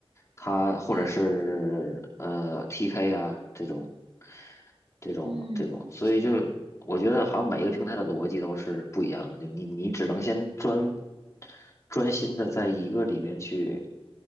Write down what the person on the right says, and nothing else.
对对对，
嗯，
是。